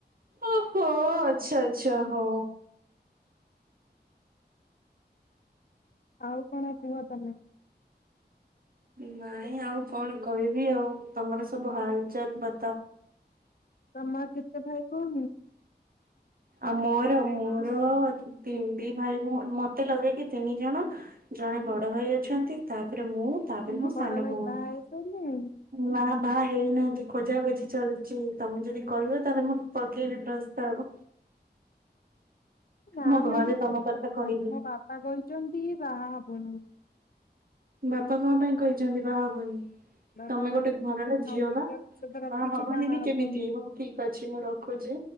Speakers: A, on the right; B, on the left.
A: ଓ ହୋ ଆଚ୍ଛା ଆଚ୍ଛା ହଁ।
B: ଆଉ କଣ କୁହ ତମେ।
A: ନାଇଁ ଆଉ କଣ କହିବି ଆଉ ତମର ସବୁ ହାଲଚାଲ ବ
B: ତମର କେତେ ଭାଇ ଭଉଣି?
A: ଆଉ ମୋର ମୋର ତିନ ଦି ଭାଇ ଭ ମୋତେ ଲଗେଇକି ତିନି ଜଣ। ଜଣେ ବଡ ଭାଇ ଅଛନ୍ତି ତାପରେ ମୁଁ। ତାପରେ
B: ତମ
A: ମୋ
B: ବଡ
A: ସାନ
B: ଭାଇ
A: ଭଉଣୀ।
B: ବାହା ହେଇସାରିଲଣି?
A: ନା ବାହା ହେଇନାହାନ୍ତି ଖୋଜା ଖୋଜି ଚାଲିଛି ତମେ ଯଦି କହିବ ତାହେଲେ ମୁଁ ପକେଇବି ପ୍ରସ୍ତାବ
B: ନା
A: ମୋ ଘରେ
B: ନା ମୁଁ
A: ତମ
B: ଛୋଟ
A: କଥା
B: ପିଲାଟେ
A: କହିବି।
B: ମୋ ବାପା କହିଛନ୍ତି ବାହା ହବୁନୁ।
A: ବାପା କଣ ପାଇଁ କହିଛନ୍ତି ବାହା ହବନି?
B: ବାପା
A: ତମେ
B: କହିଛନ୍ତି
A: ଗୋଟେ ଘରର
B: ତୁ
A: ଝିଅ
B: ଅପେକ୍ଷା
A: ବା
B: ତୁ ସହିତ ରଖିଛୁ
A: ବାହା ହବନି ବି
B: ହବୁନି।
A: କେମିତି ହବ ଠିକ ଅଛି ମୁଁ ରଖୁଛି।